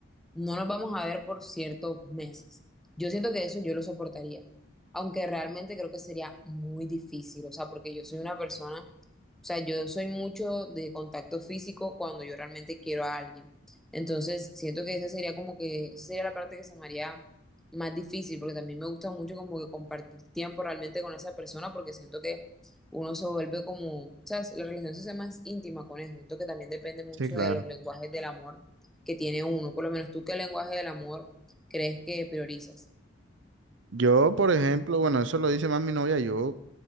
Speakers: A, in the centre; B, on the right (about 75°).
A: No nos vamos a ver por ciertos meses. Yo siento que eso yo lo soportaría, aunque realmente creo que sería muy difícil, o sea, porque yo soy una persona, o sea, yo soy mucho de contacto físico cuando yo realmente quiero a alguien. Entonces, siento que esa sería como que, esa sería la parte que se me haría más difícil, porque también me gusta mucho como que compartir tiempo realmente con esa persona, porque siento que uno se vuelve como, o sea, la relación se hace más íntima con eso. Siento que también depende mucho
B: Sí, claro.
A: de los lenguajes del amor que tiene uno. Por lo menos tú, ¿qué lenguaje del amor crees que priorizas?
B: Yo, por ejemplo, bueno, eso lo dice más mi novia, yo